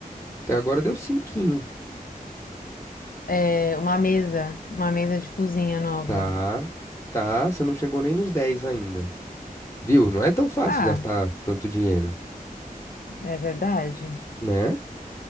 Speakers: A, on the left (about 20°); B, on the left (about 70°).
A: Até agora deu cinquinho.
B: é, uma mesa, uma mesa de cozinha nova.
A: Tá, tá, você não chegou nem nos 10 ainda. Viu? Não é tão fácil
B: Ah,
A: gastar tanto dinheiro,
B: é verdade.
A: né?